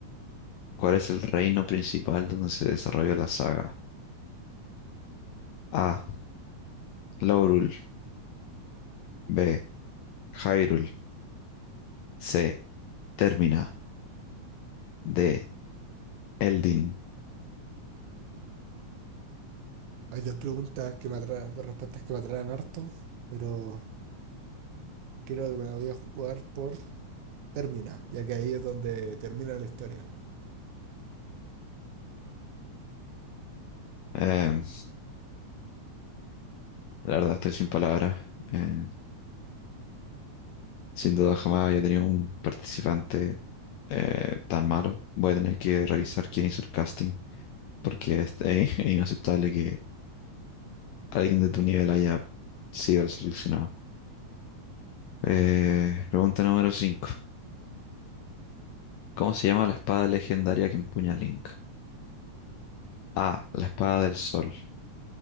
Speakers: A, on the left; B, on the right.
A: ¿Cuál es el reino principal donde se desarrolla la saga? A. Laurul. B. Hyrule. C. Termina. D. Eldin.
B: Hay dos preguntas que me atraen, dos respuestas que me atraen harto, pero Creo que me la voy a jugar por Termina, ya que ahí es donde termina la historia.
A: Em, la verdad estoy sin palabras. Eh, sin duda jamás había tenido un participante eh, tan malo. Voy a tener que revisar quién hizo el casting porque es, <laughs> es inaceptable que alguien de tu nivel haya sido el seleccionado. Eh, pregunta número 5. ¿Cómo se llama la espada legendaria que empuña Link? A. La espada del sol.